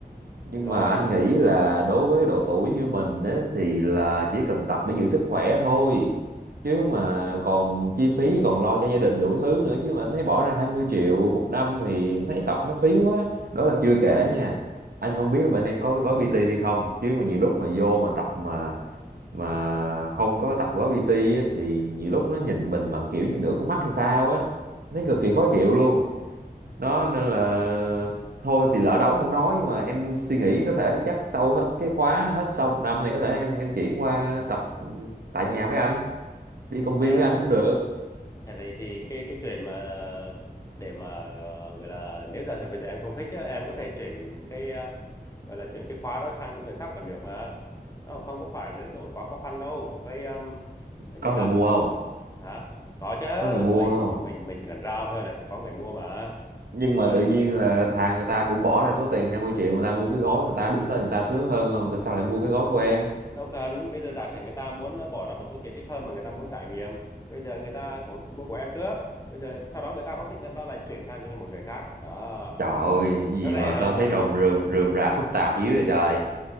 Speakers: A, on the right; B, on the left.
A: nhưng
B: rồi
A: mà anh nghĩ là đối với độ tuổi như mình á, thì là chỉ cần tập để giữ sức khỏe thôi chứ mà còn chi phí còn lo cho gia đình đủ thứ nữa chứ mà anh thấy bỏ ra 20 triệu một năm thì thấy tập nó phí quá đó là chưa kể nha anh không biết là bên em có cái gói PT hay không chứ mà nhiều lúc mà vô mà tập mà mà không có tập gói PT á, thì nhiều lúc nó nhìn mình bằng kiểu như nửa con mắt hay sao á thấy cực kỳ khó chịu luôn đó nên là thôi thì lỡ đóng không nói nhưng mà em suy nghĩ có thể chắc sau hết cái khóa hết sau một năm này có thể em em chuyển qua tập tại nhà với anh đi công viên
B: à
A: với anh cũng được
B: thế thì thì cái cái chuyện mà để mà ờ, gọi là nếu giả sử bây giờ em không thích á, em có thể chuyển cái ờ, gọi là chuyển cái khóa đó sang cho người khác vẫn được mà nó không có phải là nổi quá khó khăn đâu vậy um, cái
A: có
B: gì
A: người
B: ta
A: mua không
B: hả có chứ
A: có người mua
B: mình
A: không
B: mình mình chỉ cần ra thôi là sẽ có người mua mà
A: nhưng mà
B: vậy
A: tự nhiên là thà người ta cũng bỏ ra số tiền 20 triệu người ta mua cái gói người ta đứng tên người ta sướng hơn không tại sao lại mua cái gói của em
B: đâu cần bây giờ giả sử người ta muốn ờ, bỏ ra một số tiền ít hơn mà người ta muốn trải nghiệm bây giờ người ta của, mua của em trước bây giờ sau đó người ta không thích người ta lại chuyển sang cho một người khác đó
A: trời ơi
B: nó,
A: cái gì
B: nó rẻ
A: mà sao
B: hơn
A: thấy
B: mà
A: rồng rườm rườm rà phức tạp dữ vậy trời